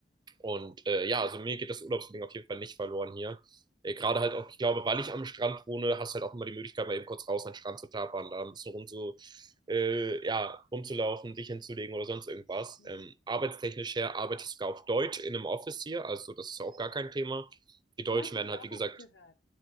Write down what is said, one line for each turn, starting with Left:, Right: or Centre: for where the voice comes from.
Right: und äh, ja, also mir geht das Urlaubsding auf jeden Fall nicht verloren hier. Äh, Gerade halt auch, ich glaube, weil ich am Strand wohne, hast du halt auch immer die Möglichkeit, mal eben kurz raus an den Strand zu tapern, da ein bisschen rum zu, äh, ja, rumzulaufen, dich hinzulegen oder sonst irgendwas.
Left: Ja,
Right: Ähm, arbeitstechnisch her arbeite ich sogar auf Deutsch in einem Office hier, also das ist auch
Left: Hm.
Right: gar kein Thema. Die Deutschen
Left: Ja, das habe
Right: werden
Left: ich
Right: halt,
Left: auch
Right: wie gesagt,
Left: oft gehört,